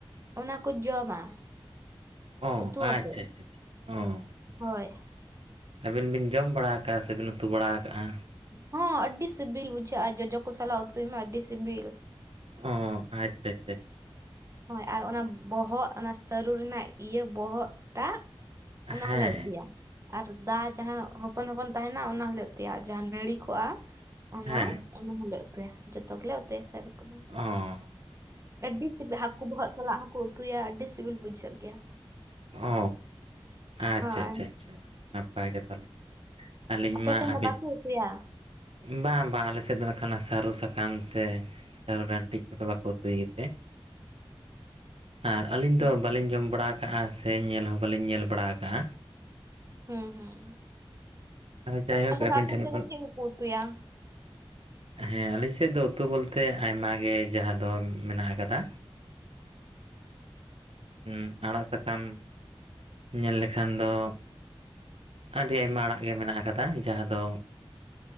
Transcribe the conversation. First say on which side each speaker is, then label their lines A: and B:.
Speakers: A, on the right; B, on the right.
A: ᱚᱱᱟ ᱠᱚ ᱡᱚᱢᱟ
B: ᱚ
A: ᱩᱛᱩ ᱟᱛᱮᱜ
B: ᱟᱪᱷᱟ ᱟᱪᱷᱟ ᱟᱪᱷᱟ ᱚ
A: ᱦᱳᱭ
B: ᱟᱹᱵᱤᱱ ᱵᱤᱱ ᱡᱚᱢ ᱵᱟᱲᱟ ᱠᱟᱜᱼᱟ ᱥᱮᱵᱤᱱ ᱩᱛᱩ ᱵᱟᱲᱟ ᱠᱟᱜᱼᱟ
A: ᱦᱚᱸ ᱟᱹᱰᱤ ᱥᱤᱵᱤᱞ ᱵᱩᱡᱷᱟᱹᱜᱼᱟ ᱡᱚᱡᱚ ᱠᱚ ᱥᱟᱞᱟᱜ ᱩᱛᱩᱭ ᱢᱮ ᱟᱹᱰᱤ ᱥᱤᱵᱤᱞ
B: ᱚ ᱟᱪᱷᱟ ᱟᱪᱷᱟ ᱟᱪᱷᱟ
A: ᱦᱳᱭ ᱟᱨ ᱚᱱᱟ ᱵᱚᱦᱚᱜ ᱚᱱᱟ ᱥᱟᱹᱨᱩ ᱨᱮᱱᱟᱜ ᱤᱭᱟᱹ ᱵᱚᱦᱚᱜ ᱴᱟᱜ ᱚᱱᱟ
B: ᱦᱮᱸ
A: ᱦᱚᱸᱞᱮ ᱩᱛᱩᱭᱟ᱾ ᱟᱨ ᱫᱟ ᱡᱟᱦᱟᱸ ᱦᱚᱯᱚᱱ ᱦᱚᱯᱚᱱ ᱛᱟᱦᱮᱱᱟ ᱚᱱᱟ ᱦᱚᱞᱮ ᱩᱛᱩᱭᱟ᱾ ᱡᱟᱦᱟᱸ ᱱᱟᱹᱲᱤ ᱠᱚᱜᱼᱟ ᱚᱱᱟ
B: ᱦᱮᱸ
A: ᱚᱱᱟ ᱦᱚᱸᱞᱮ ᱩᱛᱩᱭᱟ ᱡᱚᱛᱚ ᱜᱮᱞᱮ ᱩᱛᱩᱭᱟ ᱥᱟᱹᱨᱩ ᱠᱚᱫᱚ᱾
B: ᱦᱚᱸ
A: ᱟᱹᱰᱤ <unintelligible> ᱦᱟᱠᱩ ᱵᱚᱦᱚᱜ ᱥᱟᱞᱟᱜ ᱦᱚᱸᱠᱚ ᱩᱛᱩᱭᱟ ᱟᱹᱰᱤ ᱥᱤᱵᱤᱞ ᱵᱩᱡᱷᱟᱹᱜ ᱜᱮᱭᱟ᱾
B: ᱚᱻ ᱟᱪᱪᱷᱟ
A: ᱦᱳᱭ
B: ᱟᱪᱪᱷᱟ ᱟᱪᱪᱷᱟ ᱱᱟᱯᱟᱭ ᱜᱮ ᱛᱟᱦᱚᱞᱮ᱾ ᱟᱞᱤᱧ
A: ᱟᱯᱮ
B: ᱢᱟ
A: ᱥᱮᱱ
B: ᱟᱵᱤᱱ
A: ᱫᱚ ᱵᱟᱠᱚ ᱩᱛᱩᱭᱟ
B: ᱵᱟᱝ ᱵᱟᱝ ᱟᱞᱮ ᱥᱮᱫ ᱫᱚ ᱱᱟᱠᱷᱟᱱ ᱟᱜ ᱥᱟᱹᱨᱩ ᱥᱟᱠᱟᱢ ᱥᱮ ᱥᱟᱹᱨᱩ ᱰᱟᱱᱴᱤᱡ ᱠᱚᱫᱚ ᱵᱟᱠᱚ ᱩᱛᱩᱭ ᱜᱮᱛᱮ ᱟᱨ ᱟᱹᱞᱤᱧ
A: ᱦᱩᱸ
B: ᱫᱚ ᱵᱟᱹᱞᱤᱧ ᱡᱚᱢ ᱵᱟᱲᱟ ᱠᱟᱜᱼᱟ ᱥᱮ ᱧᱮᱞ ᱦᱚᱸ ᱵᱟᱹᱞᱤᱧ ᱧᱮᱞ ᱵᱟᱲᱟ ᱠᱟᱜᱼᱟ᱾
A: ᱦᱩᱸ ᱦᱩᱸ᱾
B: ᱡᱟᱭᱦᱳᱠ
A: ᱟᱫᱚ
B: ᱟᱹᱵᱤᱱ
A: ᱟᱯᱮ
B: ᱴᱷᱮᱱ
A: ᱥᱮᱫ
B: ᱠᱷᱚᱱ
A: ᱫᱚ ᱪᱮᱫ ᱠᱚᱠᱚ ᱩᱛᱩᱭᱟ?
B: ᱦᱮᱸ ᱟᱞᱤᱧ ᱥᱮᱫ ᱫᱚ ᱩᱛᱩ ᱵᱚᱞᱛᱮ ᱟᱭᱢᱟ ᱜᱮ ᱡᱟᱦᱟᱸ ᱫᱚ ᱢᱮᱱᱟᱜ ᱟᱠᱟᱫᱟ ᱦᱩᱸ ᱟᱲᱟᱜ ᱥᱟ <unintelligible> ᱧᱮᱞ ᱞᱮᱠᱷᱟᱱ ᱫᱚ ᱟᱹᱰᱤ ᱟᱭᱢᱟ ᱟᱲᱟᱜ ᱜᱮ ᱢᱮᱱᱟᱜ ᱟᱠᱟᱫᱟ, ᱡᱟᱦᱟᱸ ᱫᱚ